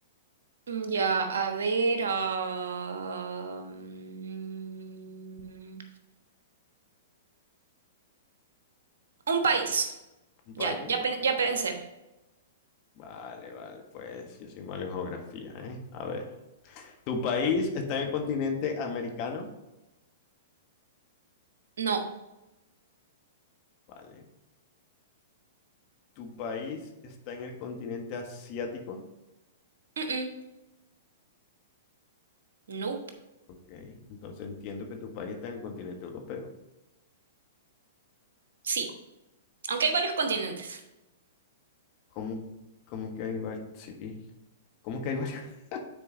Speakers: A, on the right (about 70°); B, on the left (about 40°).
A: Mm, Ya, a ver. ah, mm, un país.
B: ¿Un país?
A: Ya, ya, pen- ya pensé.
B: Vale, vale, pues yo soy malo en geografía, ¿eh? A ver. ¿Tu país está en el continente americano?
A: No.
B: Vale. ¿Tu país está en el continente asiático?
A: Mm-mm. Nope.
B: Ok, entonces entiendo que tu país está en el continente europeo.
A: Sí. Aunque hay varios continentes.
B: ¿Cómo, cómo que hay varios? Sí, ¿cómo que hay varios? <laughs>